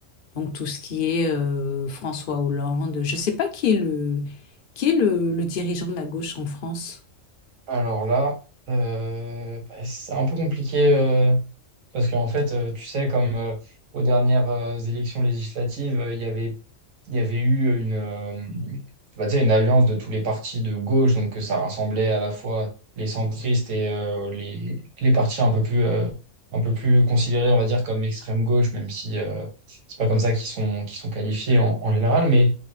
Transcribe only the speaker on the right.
Alors là, euh, bah, c'est un peu compliqué euh, parce qu'en fait, euh, tu sais, comme euh, aux dernières euh, élections législatives, euh, il y avait il y avait eu euh, une, euh, on va dire une alliance de tous les partis de gauche, donc que ça rassemblait à la fois les centristes et euh, les, les partis un peu plus, euh, un peu plus considérés, on va dire, comme extrême gauche, même si euh, c'est pas comme ça qu'ils sont, qu'ils sont qualifiés en, en général, mais